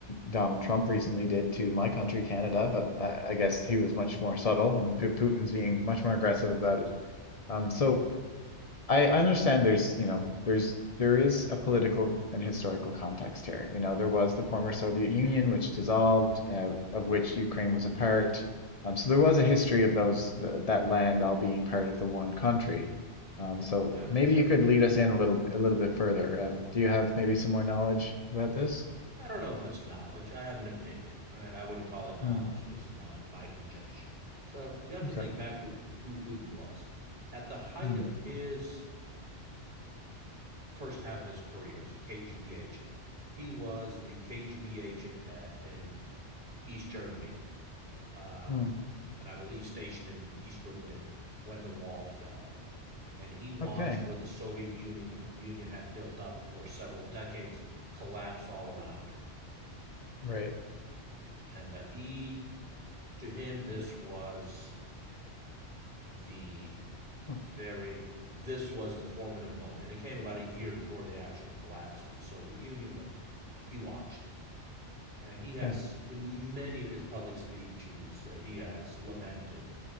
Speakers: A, on the left; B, on the right.
A: Donald Trump recently did to my country, Canada, but I, I guess he was much more subtle, and Pu- Putin's being much more aggressive about it. Um, so. I understand there's, you know, there's there is a political and historical context here. You know, there was the former Soviet Union, which dissolved, uh, of which Ukraine was a part. Um, so there was a history of those th that land all being part of the one country. Um,
B: Yeah,
A: so
B: yeah, for
A: maybe
B: sure.
A: you could lead us in a little b- a little bit further.
B: Well,
A: Um, do you have maybe some more knowledge about this?
B: I don't know if it's knowledge. I have an opinion, right? I wouldn't call it knowledge,
A: Hmm,
B: just my my conjecture. So you have to
A: okay.
B: think back to who Putin was at the height
A: Hmm,
B: of his first half of his career as a KGB agent. He was the KGB agent at in East Germany, um,
A: hmm,
B: and I believe stationed in East Berlin when the wall fell. And he watched
A: okay.
B: what the Soviet Union Union had built up for several decades collapse all around him.
A: Right.
B: And uh, he, to him, this was the
A: Oh,
B: very this was the formative moment. And it came about a year before the actual collapse of the Soviet Union, but he watched it. And he
A: okay.
B: has, in many of his public speeches, uh, he has lamented